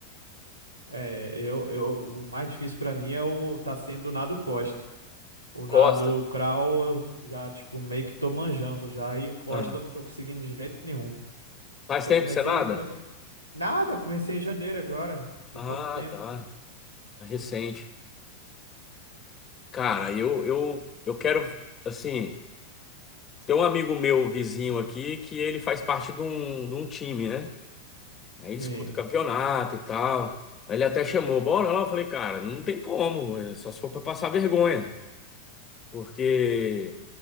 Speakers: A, on the right (about 80°); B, on the left (about 25°).
A: É, eu, eu, o mais difícil pra mim é o tá sendo o nado Costa. O
B: Costa.
A: nado crawl eu já tipo meio que tô manjando já e o Costa
B: Aham.
A: eu não tô conseguindo de jeito nenhum.
B: Faz
A: Eu
B: tempo
A: comecei
B: que você nada?
A: a fazer nada, eu comecei em janeiro agora, em
B: Ah,
A: pouco tempo.
B: tá. É Recente. Cara, eu, eu, eu quero, assim. Tem um amigo meu, um vizinho aqui, que ele faz parte de um, de um time, né? Aí disputa
A: Sim,
B: campeonato e tal. Aí ele até chamou, bora lá. Eu falei, cara, não tem como, é só se for pra passar vergonha. Porque